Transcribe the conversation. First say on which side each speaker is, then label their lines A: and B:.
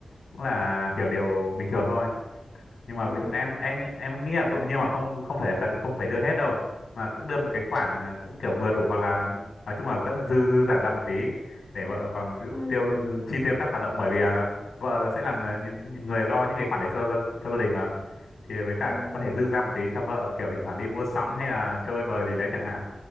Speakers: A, on the left; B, on the left.
A: cũng là kiểu điều bình thường thôi nhưng mà
B: ừ
A: ví dụ em em em nghĩ là không, nhưng mà không không phải là cần không phải đưa hết đâu mà cũng đưa một cái khoản ờ, cũng kiểu vừa đủ hoặc là nói chung là vẫn dư dư giả ra một tí để vợ còn ví dụ
B: ừ
A: tiêu ừ, chi tiêu các hoạt động bởi vì à, vợ là sẽ là người những những người lo những cái khoản đấy cho gia- cho gia đình mà thì với cả
B: ừ
A: cũng có thể dư ra một tí cho vợ kiểu thỉnh thoảng đi mua sắm hay là chơi bời gì đấy chẳng hạn